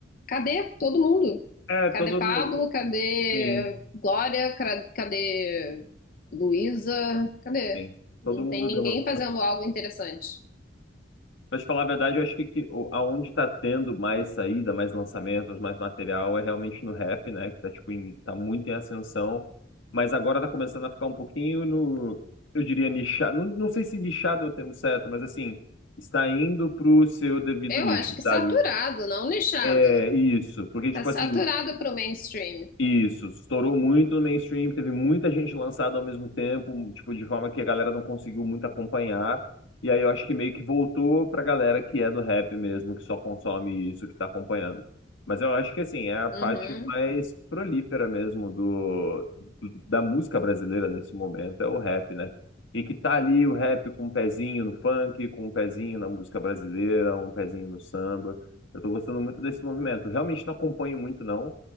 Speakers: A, on the left; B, on the left.
A: Cadê todo mundo?
B: É, todo
A: Cadê Pablo?
B: mundo.
A: Cadê
B: Sim,
A: Glória? Cra- Cadê Luísa? Cadê?
B: sim.
A: Não
B: Todo mundo
A: tem ninguém
B: deu uma.
A: fazendo algo interessante.
B: Mas falar a verdade, eu acho que, que o- aonde tá tendo mais saída, mais lançamentos, mais material, é realmente no rap, né? Que tá, tipo, em- tá muito em ascensão. Mas agora tá começando a ficar um pouquinho no. Eu diria nichado. Não, não sei se nichado é o termo certo, mas assim, está indo pro seu devido
A: Eu
B: nicho,
A: acho que
B: sabe?
A: saturado, não nichado.
B: É isso. Porque,
A: Tá
B: tipo
A: saturado
B: assim,
A: pro mainstream.
B: Isso, estourou muito no mainstream, teve muita gente lançada ao mesmo tempo, tipo, de forma que a galera não conseguiu muito acompanhar. E aí eu acho que meio que voltou pra galera que é do rap mesmo, que só consome isso, que tá acompanhando. Mas eu acho que assim, é a parte
A: Uhum,
B: mais prolífera mesmo do, do- da música brasileira nesse momento, é o rap, né? E que tá ali o rap com um pezinho no funk, com um pezinho na música brasileira, um pezinho no samba. Eu tô gostando muito desse movimento. Realmente não acompanho muito, não.